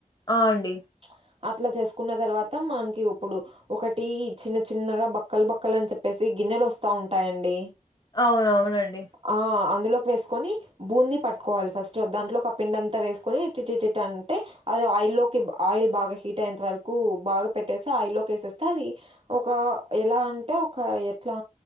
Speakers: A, on the left; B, on the right.
A: ఆ అండి
B: ప్చ్ అట్లా చేసుకున్న తర్వాత మనకి ఇప్పుడు ఒకటి చిన్న చిన్నగా బక్కలు బక్కల్ అని చెప్పేసి గిన్నెలు వస్తా ఉంటాయండి
A: అవునవునండి
B: ఆ అందులోకి వేస్కొని బూంది పట్కోవాలి ఫస్ట్ దాంట్లో ఒక పిండంతా వేసుకొని ఇటిటి అంటే అది ఆయిల్ లోకి ఆయిల్ బాగా హీట్ అయేంత వరకు బాగా పెట్టేసి ఆయిల్ లోకి వేసేస్తే అది ఒక ఎలా అంటే ఒక ఎట్లా